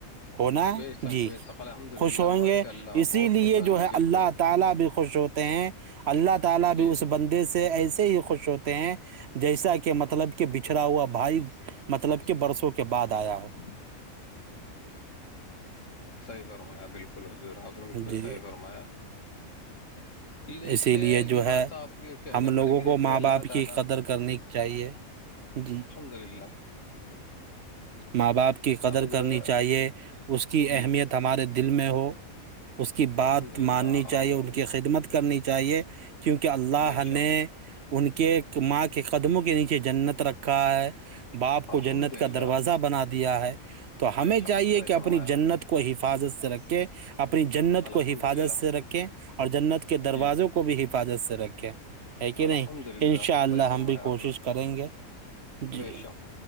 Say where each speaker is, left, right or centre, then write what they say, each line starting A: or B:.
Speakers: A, on the right; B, on the left.
A: ہونا
B: بے
A: ہے
B: شک
A: جی
B: بے شک الحمد
A: خوش
B: للہ
A: ہوں
B: ماشاء
A: گے
B: اللہ
A: اسی
B: بہت
A: لیے
B: خوش ہوں
A: جو
B: گے
A: ہے
B: بالکل
A: اللہ تعالی بھی خوش اللہ تعالی بھی
B: جی
A: اس بندے سے ایسے ہی خوش ہوتے ہیں جیسا کہ مطلب کہ بچھڑا ہوا بھائی مطلب کہ برسوں کے بعد آیا ہو
B: <inaudible> صحیح فرمایا بالکل حضور آپ نے بالکل
A: جی
B: صحیح فرمایا یہ دیکھیے
A: اسی لیے جو
B: یہ
A: ہے
B: بات تو آپ کی کہنا
A: ہم لوگوں
B: پڑے گی
A: کو
B: دیکھیے
A: ماں
B: اللہ
A: باپ
B: تعالیٰ
A: کی قدر کرنی چاہیے جی
B: حلہ <inaudible>
A: ماں باپ کی
B: ہے
A: قدر
B: ہمیں
A: کرنی
B: جو ہے
A: چاہیے اس کی
B: جی
A: اہمیت ہمارے دل میں ہو اس کی بات
B: الحمد للہ
A: ماننی چاہیے
B: آمین
A: ان کی خدمت کرنی چاہیے کیونکہ اللہ
B: بے
A: نے
B: شک
A: ان کے ماں کے قدموں کے نیچے جنت رکھا ہے باپ
B: الحمد
A: کو جنت
B: للہ
A: کا دروازہ بنا دیا ہے تو
B: بھائی
A: ہمیں
B: شک
A: چاہیے
B: صحیح
A: کہ
B: فرمایا
A: اپنی جنت کو حفاظت سے رکھ کے اپنی جنت
B: الحمد
A: کو حفاظت
B: للہ
A: سے رکھیں اور جنت کے دروازوں
B: جی
A: کو بھی حفاظت سے رکھیں ہے کہ
B: الحمد
A: نہیں
B: للہ
A: انشاء اللہ
B: صحیح فرمایا
A: ہم بھی
B: آپ
A: کوشش
B: نے
A: کریں گے جی
B: بے شک